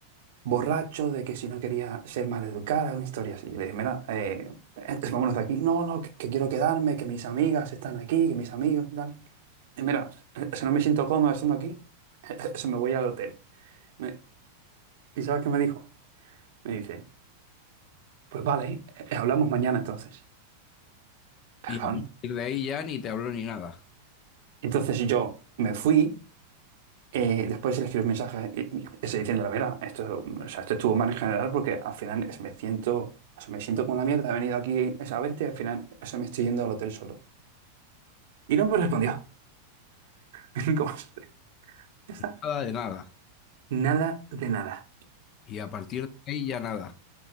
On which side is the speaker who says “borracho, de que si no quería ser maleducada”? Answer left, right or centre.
Right